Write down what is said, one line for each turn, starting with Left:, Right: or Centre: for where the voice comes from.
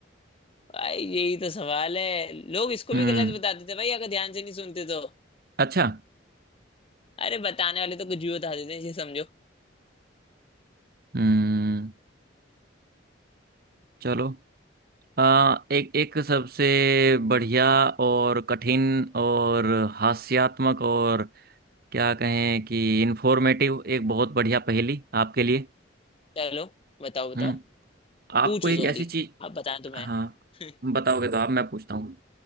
Left: भाई यही तो सवाल है लोग इसको
Right: हम्म
Left: भी गलत बता देते हैं भाई अगर ध्यान से नहीं सुनते तो
Right: अच्छा
Left: अरे बताने वाले तो कुछ भी बता देते हैं ये समझो
Right: हम्म चलो आ, एक एक सबसे बढ़िया और कठिन और हास्यात्मक और क्या कहें कि इंफॉर्मेटिव एक बहुत बढ़िया पहेली आपके लिए
Left: चलो बताओ बताओ
Right: हम्म आपको
Left: पूछो
Right: एक
Left: सॉरी
Right: ऐसी चीज
Left: आप बताएं तो मैं
Right: हाँ
Left: <laughs>
Right: बताओगे तो आप मैं पूछता हूँ